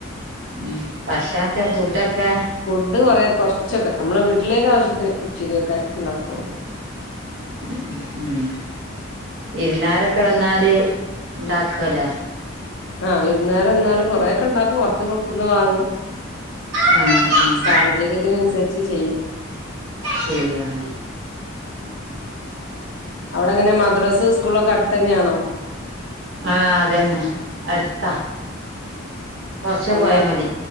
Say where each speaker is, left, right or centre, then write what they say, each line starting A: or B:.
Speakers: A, on the right (about 65°); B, on the left (about 60°).
A: ഉം ഭക്ഷണൊക്കെ ഫുഡൊക്കെ
B: ഫുഡ് കൊറെ കൊറച്ചൊക്കെ നമ്മെളെ വീട്ടിലേക്ക് ആവശ്യത്തിന് ഇച്ചിരിയൊക്കെ ഉണ്ടാക്കും.
A: ഉം ഉം വിരുന്നാരൊക്കെ വന്നാല് ഇണ്ടാക്കലേ
B: ആ വിരുന്നാര് വന്നാലും കുറെയൊക്ക് യൊണ്ടാക്കും കൊറച്ച് പൊറത്തുന്ന് വാങ്ങും
A: ആഹ് ആഹ്
B: സാഹചര്യത്തിനനുസരിച്ച് ചെയ്യും.
A: ചെയ്യാം
B: അവിടെങ്ങനാ മദ്രസ് സ്കൂളൊക്കെ അടുത്ത് തന്നെയാണോ
A: ആ അതന്നെ അടുത്താ. കൊറച്ചേ
B: അങ്ങാടി
A: പോയാ മതി